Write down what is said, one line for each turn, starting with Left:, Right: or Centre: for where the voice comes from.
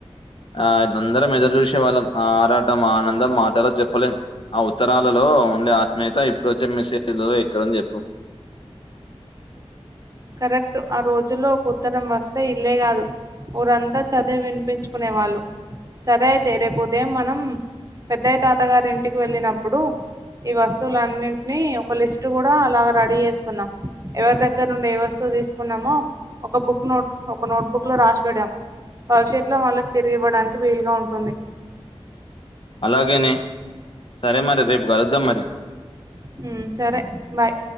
Left: ఆ అద్ అందరం ఎదురు చూసే వాళ్ళం ఆ ఆరాటం ఆనందం మాటళ్ళో చెప్పలేం ఆ ఉత్తరాలలో ఉండే ఆత్మీయత ఇప్పుడు వచ్చే మేసేజ్లలో ఎక్కడుంది చెప్పు
Right: కరెక్ట్ ఆ రోజుల్లో ఒక ఉత్తరం వస్తే ఇల్లే కాదు ఊరంతా చదివి వినిపించుకునే వాళ్ళు సరే అయితే రేపు ఉదయం మనం పెద్దయ్య తాత గారి ఇంటికి వెళ్ళినప్పుడు ఈ వస్తువులన్నింటినీ ఒక లిస్ట్ కూడా అలాగ రడీ చేసుకుందాం ఎవరి దగ్గర నుండి ఏ వస్తువు తీసుకున్నామో ఒక బుక్ నోట్ ఒక నోట్ బుక్ లో రాసి పెడుదం భవిష్యత్ లో వాళ్ళకి తిరిగివ్వడానికి వీలుగా ఉంటుంది
Left: అలాగేనే సరే మరి రేపు కలుద్దాం మరి
Right: మ్ సరే బాయ్